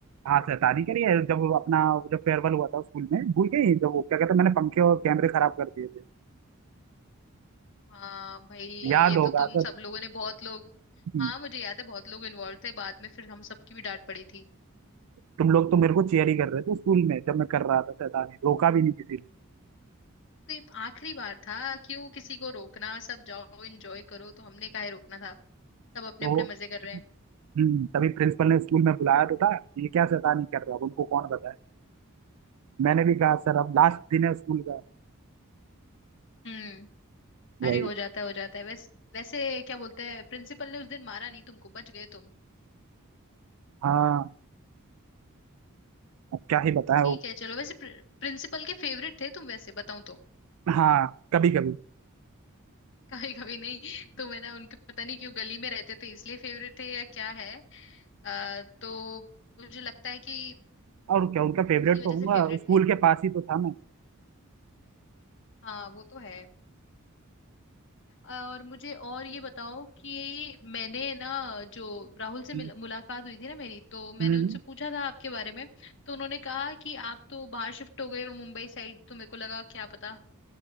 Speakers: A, on the right; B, on the left.
A: हाँ शैतानी करी है जब वो अपना जब फेयरवेल हुआ था स्कूल में भूल गई जब वो क्या कहते हैं, मैंने पंखे और कैमरे खराब कर दिए थे
B: हाँ भाई
A: याद
B: ये
A: होगा
B: तो तुम
A: तो
B: सब लोगों ने बहुत लोग
A: हम्म,
B: हाँ मुझे याद है बहुत लोग इन्वॉल्व थे बाद में फिर हम सबकी भी डांट पड़ी थी
A: तुम लोग तो मेरे को चेयर ही कर रहे थे स्कूल में जब मैं कर रहा था शैतानी रोका भी नहीं किसी ने
B: तो ये आखिरी बार था क्यों किसी को रोकना सब जाओ एंजॉय करो तो हमने काहे रोकना था सब अपने
A: तो
B: अपने मजे कर रहे हैं
A: हम्म, तभी प्रिंसिपल ने स्कूल में बुलाया तो था ये क्या शैतानी कर रहा है उनको कौन बताए मैंने भी कहा सर अब लास्ट दिन है स्कूल का
B: हम्म
A: वही
B: अरे हो जाता है हो जाता है वैसे वैसे क्या बोलते हैं प्रिंसिपल ने उस दिन मारा नहीं तुमको बच गए तुम
A: हाँ अब क्या ही बताएं
B: ठीक
A: वो
B: है चलो वैसे प्रिंसिपल के फेवरेट थे तुम वैसे बताऊं तो
A: हाँ कभी कभी
B: कभी कभी नहीं तो मैं ना उनके पता नहीं क्यों गली में रहते थे इसलिए फेवरेट थे या क्या है आ, तो मुझे लगता है कि
A: और क्या उनका फेवरेट
B: उसी वजह
A: तो होगा
B: से फेवरेट
A: स्कूल
B: थे
A: के पास ही तो था मैं
B: हाँ वो तो है और मुझे और ये बताओ कि मैंने ना जो राहुल से
A: हम्म,
B: मिल, मुलाकात हुई थी ना मेरी तो मैंने
A: हम्म,
B: उनसे पूछा था आपके बारे में तो उन्होंने कहा कि आप तो बाहर शिफ्ट हो गए हो मुंबई साइड तो मेरे को लगा क्या पता